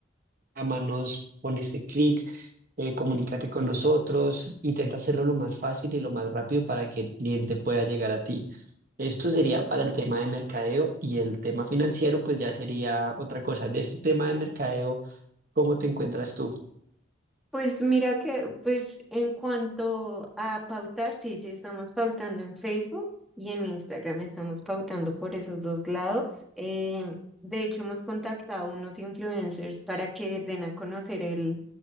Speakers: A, on the right (about 50°); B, in the centre.
A: llámanos, pon este clic, eh, comunícate con nosotros. Intenta hacerlo lo más fácil y lo más rápido para que el cliente pueda llegar a ti. Esto sería para el tema de mercadeo y el tema financiero, pues ya sería otra cosa. De este tema de mercadeo, ¿cómo te encuentras tú?
B: Pues mira que, pues en cuanto a pautar, sí, sí estamos pautando en Facebook y en Instagram, estamos pautando por esos dos lados. Em, de hecho, hemos contactado a unos influencers para que den a conocer el,